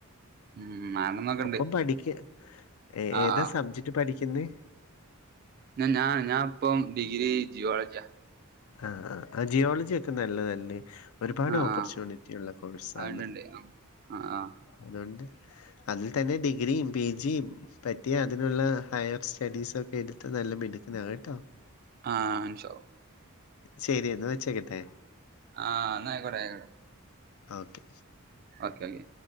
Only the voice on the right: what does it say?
ഉം ആണെന്നൊക്കെ ഉണ്ട്
ആ
ആ
ന്താ ഞാൻ ഞാൻ ഇപ്പം ഡിഗ്രി ജിയോളജിയാ
ആ
ആ
ആ ഉണ്ട് ഉണ്ട് ആ ആ
ആഹ് ഇന്ഷാ അല്ലാഹ്
ആഹ് ന്ന ആയിക്കോട്ടെ ആയിക്കോട്ടെ
ഒക്കെ ഓക്കേ